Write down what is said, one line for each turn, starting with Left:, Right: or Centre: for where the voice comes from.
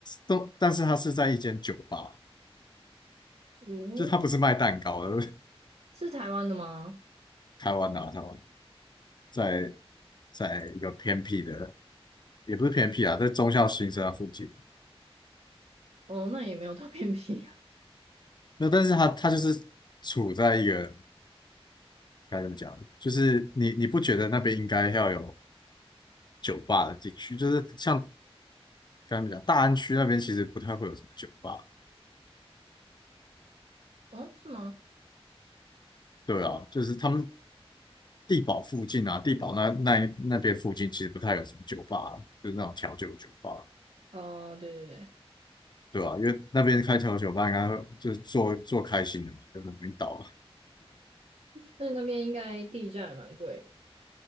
Left: 都，但是它是在一间酒吧，
Right: 嗯，
Left: 就它不是卖蛋糕的，
Right: 是台湾的吗？
Left: <laughs> 台湾啊，台湾在在一个偏僻的，也不是偏僻啊，在中校新生那附近。
Right: 哦，那也没有到 <laughs> 偏僻啊。
Left: 那但是它它就是处在一个该怎么讲，就是你你不觉得那边应该要有酒吧的地区？就是像该怎么讲，大安区那边其实不太会有什么酒吧，
Right: 哦，是吗？
Left: 对啊，就是他们地堡附近啊，地堡那那那边附近其实不太有什么酒吧，就是那种调酒酒吧，
Right: 哦，对对对，
Left: 对啊，因为那边开调酒吧应该会就是做做开心的嘛，就是领导，
Right: 那那边应该地价也蛮贵，